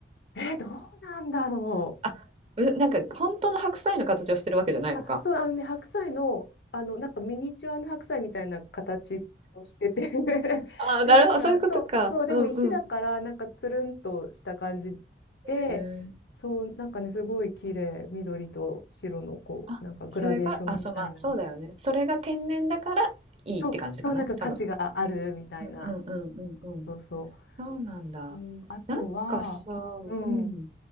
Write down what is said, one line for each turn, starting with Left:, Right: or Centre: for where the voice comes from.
Left: えーどうなんだろ
Right: あ、うなんか本当の白菜の形をしてるわけじゃないのか。
Left: う。あ、そう、あのね、白菜の、あの、なんかミニチュアの白菜みたいな形をしてて <laughs>
Right: ああ、
Left: で、
Right: なるほど、
Left: なんか、
Right: そういうことか。
Left: そう、そう、でも石だから、
Right: うんうん。
Left: なんかつるんとした感じで、
Right: へえ。
Left: そう、なんかね、すごい綺麗、緑と白の、こう、
Right: あ、
Left: なんかグラデーションみたいな。
Right: それが、あ、そう、まあ、そうだよね。それが天然だからいいって感じかな、
Left: そう、そう、なんか価値があるみたいな。
Right: 多分。うんうんうんうんうん。
Left: そうそ
Right: そうなんだ。
Left: う。うん、あとは、
Right: なんかさ、
Left: うん、
Right: うん、